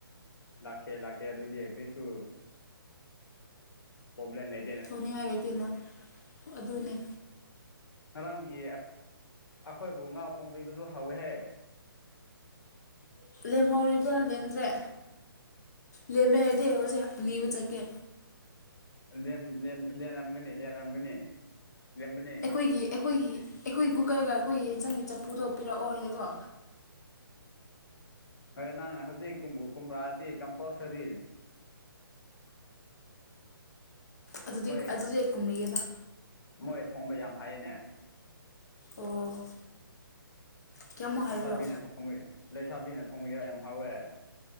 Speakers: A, on the left; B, on the left.
A: ꯂꯥꯛꯀꯦ ꯂꯥꯛꯀꯦ ꯑꯗꯨꯗꯤ ꯀꯩꯁꯨ ꯄꯣꯕꯂꯦꯝ ꯂꯩ
B: ꯊꯣꯅꯤꯉꯥꯏ ꯂꯩꯇꯦꯅ ꯑꯗꯨꯅ
A: ꯉꯔꯥꯡꯒꯤ ꯑꯩꯈꯣꯏꯕꯨ ꯉꯥ ꯊꯣꯡꯕꯤꯕꯁꯨ ꯍꯥꯎꯋꯦꯍꯦ
B: ꯂꯦꯝꯍꯧꯔꯤꯕ꯭ꯔꯥ ꯂꯦꯝꯗ꯭ꯔꯦ ꯂꯦꯝꯃꯦ ꯍꯥꯏꯗꯤ ꯍꯧꯖꯤꯛ ꯅꯤꯕ ꯆꯠꯀꯦ
A: ꯂꯝꯒꯅꯤ ꯂꯦꯝꯒꯅꯦ ꯂꯦꯝꯕꯅꯦ
B: ꯑꯩꯈꯣꯏꯒꯤ ꯑꯩꯈꯣꯏꯒꯤ ꯑꯩꯈꯣꯏ ꯒꯨꯀꯔꯒ ꯑꯩꯈꯣꯏꯒꯤ ꯌꯦꯟꯁꯪꯒꯤ ꯆꯐꯨꯗꯣ ꯄꯤꯔꯛꯑꯣꯅꯀꯣ
A: ꯍꯣꯏ ꯅꯪ ꯍꯧꯖꯤꯛ ꯀꯨꯝꯕꯨ ꯀꯨꯝꯔꯛꯑꯗꯤ ꯀꯝꯄꯜꯁꯔꯤ
B: ꯑꯗꯨꯗꯤ
A: ꯃꯣꯏ
B: ꯑꯗꯨꯗꯤ ꯑꯩ ꯀꯨꯝꯔꯤꯒꯦꯗ
A: ꯃꯣꯏ ꯊꯣꯡꯕ ꯌꯥꯝ ꯍꯥꯏꯌꯦꯅꯦ
B: ꯑꯣ ꯀꯌꯥꯃꯨꯛ
A: ꯂꯩꯁꯥꯕꯤꯅ
B: ꯍꯥꯏꯕ꯭ꯔꯣ
A: ꯊꯣꯡꯕ ꯂꯩꯁꯥꯕꯤꯅ ꯊꯣꯡꯕ ꯌꯥ ꯌꯥꯝ ꯍꯥꯎꯋꯦ